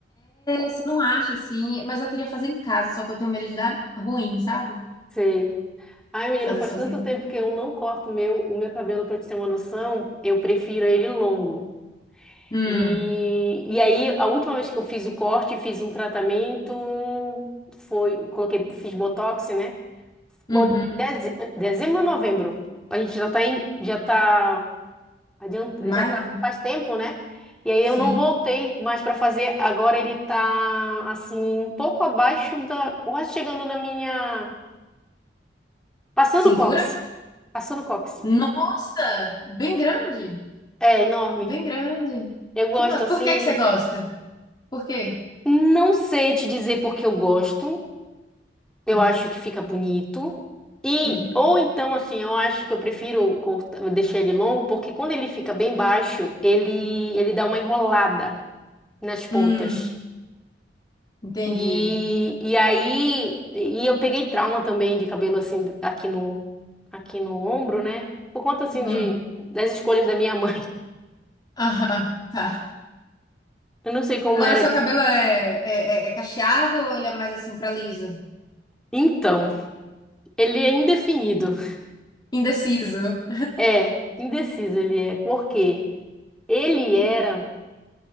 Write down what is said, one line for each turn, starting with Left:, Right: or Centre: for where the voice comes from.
Left: Você não acha assim, mas eu queria fazer em casa, só que eu tenho medo de dar ruim, sabe?
Centre: Sei. Ai, menina,
Left: Fazer
Centre: faz
Left: sozinho.
Centre: tanto tempo que eu não corto o meu, o meu cabelo, pra te ter uma noção, eu prefiro ele longo.
Left: Hum,
Centre: E, e aí, a última vez que eu fiz o corte, fiz um tratamento, foi, coloquei, fiz Botox, né? Bom,
Left: uhum.
Centre: em deze- dezembro ou novembro, a gente já tá em, já tá, adianta,
Left: Mas,
Centre: já tá faz tempo, né? E aí
Left: sim.
Centre: eu não voltei mais para fazer, agora ele tá, assim, um pouco abaixo da, quase chegando na minha, passando
Left: Cintura?
Centre: o cóccix, passando o cóccix.
Left: Nossa, bem grande,
Centre: É enorme.
Left: bem grande.
Centre: Eu gosto
Left: Que mas
Centre: assim,
Left: por que que você gosta? Por quê?
Centre: não sei te dizer porque eu gosto, Eu
Left: Hum,
Centre: acho que fica bonito. E,
Left: hum,
Centre: ou então, assim, eu acho que eu prefiro cortar, deixar ele longo, porque quando ele fica bem baixo, ele, ele dá uma enrolada nas pontas.
Left: Hum, entendi.
Centre: E, e aí, e eu peguei trauma também de cabelo, assim, aqui no, aqui no ombro, né? Por conta, assim,
Left: Hum,
Centre: de, das escolhas da minha <laughs> mãe.
Left: aham, tá.
Centre: Eu não sei como
Left: Agora
Centre: era
Left: seu
Centre: que...
Left: cabelo é, é, é- é cacheado ou ele é mais assim pra liso?
Centre: Então, ele é indefinido.
Left: Indeciso.
Centre: É, indeciso ele é, porque ele era...